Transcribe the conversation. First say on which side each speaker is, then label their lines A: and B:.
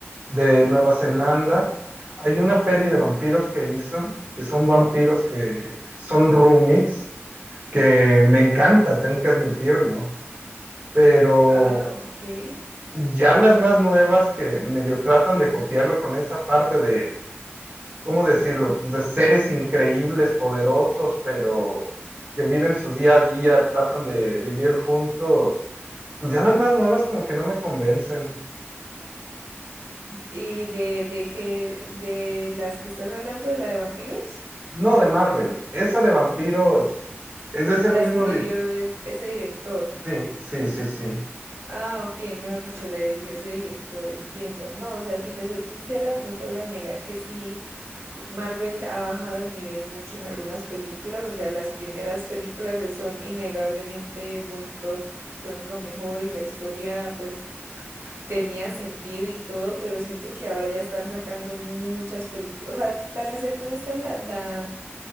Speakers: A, on the right; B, on the right.
A: de Nueva Zelanda. Hay una peli
B: Mm.
A: de vampiros que hizo, que son vampiros que son roomies, que me encanta, tengo que admitirlo. Pero
B: Ah, ok.
A: ya las
B: Bueno,
A: más nuevas que medio tratan de copiarlo con esa parte de ¿cómo decirlo? Pues de seres increíbles, poderosos, pero que viven su día a día, tratan de vivir juntos. Pues ya las más nuevas como que no me convencen.
B: ¿y de, de qué, de las que estás hablando, de la de vampiros?
A: No, de Marvel. Esa de vampiros es de ese
B: La
A: mismo...
B: escribió
A: di-
B: e- ese director.
A: Sí, sí, sí, sí.
B: Ah, ok, mejor dicho, la dirigió ese director, entiendo. No, o sea, si te soy sincera, no te voy a negar que sí, Marvel ha bajado el nivel mucho en algunas películas, o sea, las primeras películas de- son innegablemente muy top, son lo mejor y la historia pues tenía sentido y todo, pero siento que ahora ya están sacando muchas películas, o sea, para serte honesta, la, la